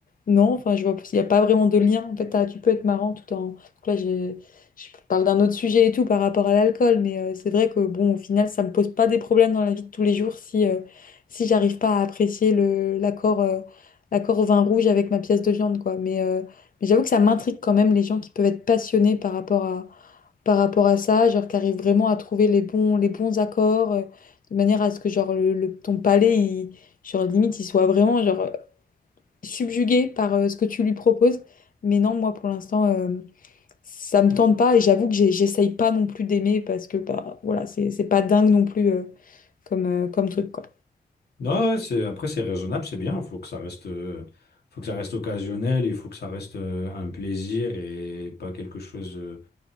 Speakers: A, on the left; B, on the left.
A: non, enfin, je vois, il n'y a pas vraiment de lien. En fait, t'as- tu peux être marrant tout en. Donc là, je, je parle d'un autre sujet et tout par rapport à l'alcool, mais euh, c'est vrai que, bon, au final, ça me pose pas des problèmes dans la vie de tous les jours si, euh, si j'arrive pas à apprécier le, l'accord, euh, l'accord au vin rouge avec ma pièce de viande, quoi. Mais, euh, mais j'avoue que ça m'intrigue quand même les gens qui peuvent être passionnés par rapport à, par rapport à ça, genre qui arrivent vraiment à trouver les bons, les bons accords, euh, de manière à ce que, genre, le, le- ton palais, il, genre, limite, il soit vraiment, genre subjuguée par euh, ce que tu lui proposes. Mais non, moi pour l'instant, euh, ça me tente pas et j'avoue que j'ai- j'essaye pas non plus d'aimer parce que bah voilà, c'est c'est pas dingue non plus euh, comme, euh, comme truc quoi.
B: Non, ouais, c'est, après, c'est raisonnable, c'est bien. Il faut que ça reste, euh, faut que ça reste occasionnel, il faut que ça reste euh, un plaisir et pas quelque chose euh,